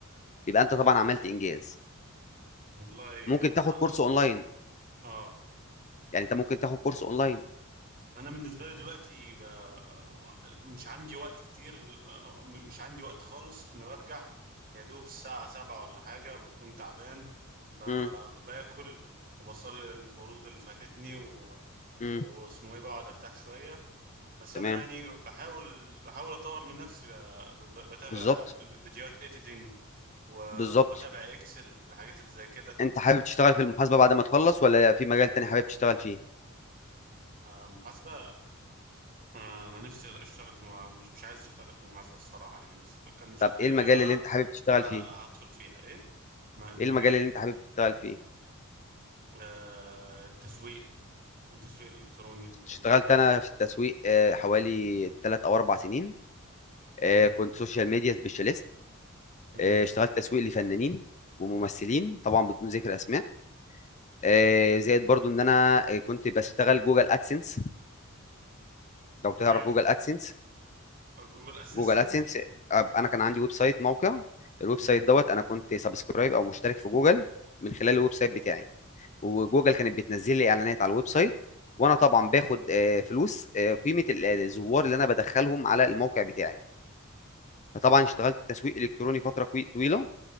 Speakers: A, on the left; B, on the right.
A: يبقى انت طبعا عملت انجاز
B: والله
A: ممكن
B: آه,
A: تاخد كورس اونلاين
B: آه
A: يعني انت ممكن تاخد كورس اونلاين
B: أنا بالنسبة لي دلوقتي ب- آه، مش عندي وقت كتير آه، مش عندي وقت خالص أنا برجع يا دوب الساعة سبعة ولا حاجة بكون تعبان ب-
A: امم
B: باكل وبصلي الفروض اللي فاتتني
A: امم
B: واسمه ايه بقعد ارتاح شويه بس
A: تمام
B: انا يعني بحاول بحاول اطور من نفسي ب- ب- بتابع
A: بالظبط
B: فيديوهات ايديتنج وبتابع
A: بالظبط
B: اكسل والحاجات اللي زي كده
A: انت حابب تشتغل في المحاسبة بعد ما تخلص ولا في مجال تاني حابب تشتغل فيه
B: آه، المحاسبه آه، انا نفسي اشتغل في مع- مش مش عايز اشتغل في المحاسبه الصراحه يعني بس لو كان مش
A: طب
B: قدامي
A: ايه المجال
B: غيرها
A: اللي انت حابب تشتغل
B: آه،
A: فيه
B: هدخل فيها ايه ما- المجال
A: ايه المجال اللي انت حابب تشتغل فيه
B: آه، التسويق التسويق الالكتروني ممكن
A: اشتغلت
B: يكون حلو
A: انا في التسويق آه، حوالي 3 او 4 سنين آه،
B: مم.
A: كنت سوشيال ميديا سبيشاليست
B: مم.
A: آه، اشتغلت تسويق لفنانين وممثلين طبعا بدون ذكر اسماء آه، زائد برضو ان انا آه، كنت بشتغل جوجل ادسنس لو تعرف
B: ايوه
A: جوجل ادسنس
B: جوجل اسيستنت
A: جوجل ادسنس آه، انا كان عندي ويب سايت موقع الويب
B: مم.
A: سايت دوت انا كنت سبسكرايب او مشترك في جوجل من خلال الويب سايت بتاعي وجوجل كانت بتنزل لي اعلانات على الويب سايت وانا طبعا باخد آه، فلوس آه، قيمه ال- آه، الزوار اللي انا بدخلهم على الموقع بتاعي فطبعا اشتغلت تسويق الكتروني فتره كوي- طويله